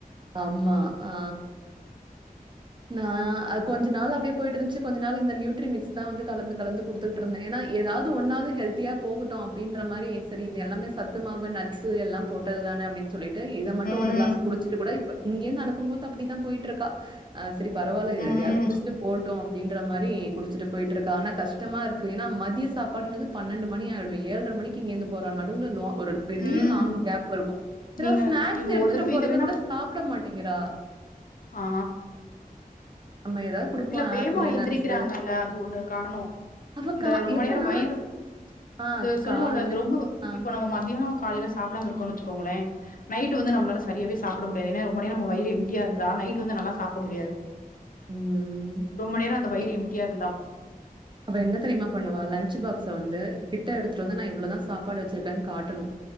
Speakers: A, on the right (about 30°); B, on the left (about 65°).
A: ஆமா ஆ நா கொஞ்ச நாள் அப்டியே போய்ட்டு இருந்துச்சு கொஞ்ச நாள் இந்த நியூட்ரி மிக்ஸ் தா வந்து கலந்து கலந்து கொடுத் தோட்ருந்தே ஏன்னா எதாவ்து ஒன்னாவ்து ஹெல்த்தியா போகட்டு அப்டின்ற மாரி சரி இது எல்லாமே சத் சத்து மாவு நட்ஸ் எல்லாம் போட்டதுதானே அப்டின் சொல்லி ட௰இத மட்டோ
B: ம்
A: ஒரு கிளாஸ் குடிச்சுட்டு கூட இப்ப இங்கருந்து அனுப்பு போது அப்டிதா போயிட்டுருக்கா ஆ செரி பரவால்ல இதுயா
B: ம்
A: குடிச்சுட்டு போ ட்டு அப்டின்ற மாரி குடிச்சுட்டு போயிட்டு இருக்கா ஆனா கஷ்டமா இருக்கு ஏன்னா மத்திய சாப்பாடுனது பன்னெண்டு மணி ஆயிடு ஏழ்ர மணிக்கு இங்கிந்து போறா நடுவுல லா ஒரு பெரிய
B: ம்
A: லாங் கேப்ல இருக்கோ அப்றோ
B: நீங்க
A: ஸ்நாக்ஸ்
B: நீங்க
A: எடுத்துட்டு
B: ஒரு தடவ
A: போறது
B: இது வேணா
A: கூட சாப்பிட மாட்டேங்கிறா
B: ஆ
A: நம்ம ஏதாவது குடுப்போ
B: இல்ல வேமா
A: ஆப்பிளு
B: எந்திரிக்கிறாங்கல்ல
A: நட்ஸ்
B: அது ஒண்ணு காரணோ
A: அவ
B: இந்த
A: கா
B: ரொம்ப
A: எப்பனா
B: நேர வயிறு
A: ஆ
B: இந்த சொல்லுவோல
A: கால்ல
B: இந்த ரொம்ப
A: ஆ
B: இப்ப நம்ம மதியானோ காலைல சாப்டாம இருக்கோனுன் வெச்சுகோங்ளே நைட்டு வந்து நம்மளால சரியவே சாப்பிட முடியாது ஏனா ரொம்ப நேரோ நம்ம வயிறு எம் டி யா ந்தா நைட் வந்து நல்லா சாப்ட முடியாது
A: ம்
B: ரொம்ப நேர அந்த வயிறு
A: இ
B: எம்ட்டியா இருந்தா
A: அவ என்ன தெரியுமா பண்ணுவா லஞ்சு பாக்ஸ்ஸ வந்து கிட்ட எடுத்துட்டு வந்து நா இவ்ளதா சாப்பாடு வெச்சிருக்கேன்னு காட்டணு